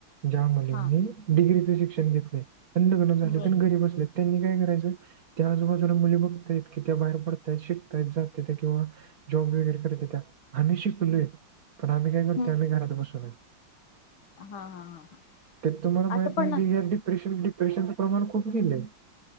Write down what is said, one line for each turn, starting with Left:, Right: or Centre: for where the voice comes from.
Right: ज्या मुलींनी
Left: हा
Right: डिग्री च शिक्षण घेतलय, लग्न झालेत
Left: बर.
Right: न घरी बसलेत त्यांनी काय करायचं त्या आजोबाजु मुली बघतायत कि त्या बाहेर पडतायत शिकतायत जात्यात किंवा जॉब वगैरे करतेत्या आम्ही शिकलोय पण आम्ही काय करतोय
Left: हम्म.
Right: आम्ही घरात बसूनय.
Left: हा हा हा हा.
Right: तर तुम्हाला माहीत
Left: असं पण
Right: नाही की या डिप्रेशन डिप्रेशनचं प्रमाण खूप गेलंय.